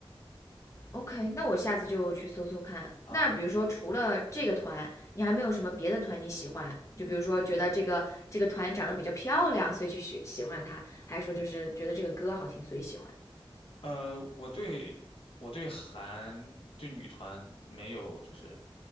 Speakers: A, on the left; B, on the left.
A: OK，那我下次就去搜搜看。
B: 啊。
A: 那比如说除了这个团，你还没有什么别的团你喜欢？就比如说觉得这个这个团长得比较漂亮，所以去喜喜欢她，还是说就是觉得这个歌好听，所以喜欢？
B: 呃，我对我对韩对女团没有就是